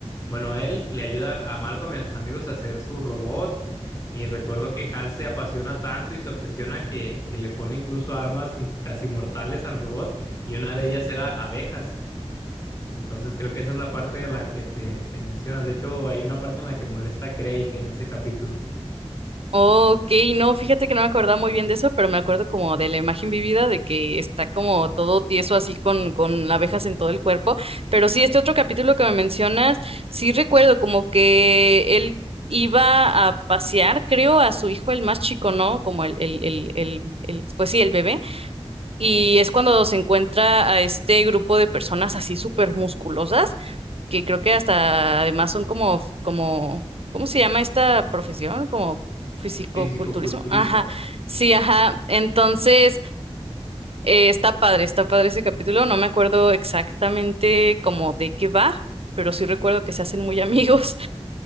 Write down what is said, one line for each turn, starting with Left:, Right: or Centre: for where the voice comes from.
Left: bueno, él le ayuda a Malcolm y a sus amigos a hacer su robot y recuerdo que Hal se apasiona tanto y se obsesiona que, que le pone incluso armas y- casi mortales al robot y una de ellas era abejas. Entonces creo que esa es la parte de la que te, te mencionas. De hecho, hay una parte en la que molesta a Craig en ese capítulo,
Right: Ok, no, fíjate que no me acordaba muy bien de eso, pero me acuerdo como de la imagen vivida de que está como todo tieso así con, con abejas en todo el cuerpo. Pero sí, este otro capítulo que me mencionas, sí recuerdo como que él iba a pasear, creo, a su hijo el más chico, ¿no? Como el, el, el, el, el- pues sí, el bebé Y es cuando se encuentra a este grupo de personas así súper musculosas, que creo que hasta además son como, f- como, ¿cómo se llama esta profesión? Como fisicoculturismo.
Left: fisicoculturistas.
Right: Ajá, sí, ajá. Entonces, eh, está padre, está padre ese capítulo. No me acuerdo exactamente como de qué va, pero sí recuerdo que se hacen muy <laughs> amigos.